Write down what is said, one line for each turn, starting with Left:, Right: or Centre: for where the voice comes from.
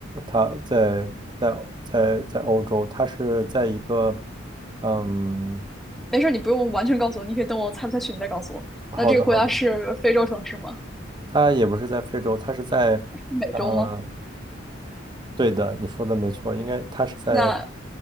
Right: 他在在在在欧洲，他是在一个，嗯，
Centre: 没事儿，你不用完全告诉我，你可以等我猜不下去，你再告诉我。
Right: 好的好的，
Centre: 那这个国家是非洲城市吗？
Right: 他也不是在非洲，他是在，
Centre: 是美洲吗？
Right: 呃，对的，你说的没错，应该他是在，
Centre: 那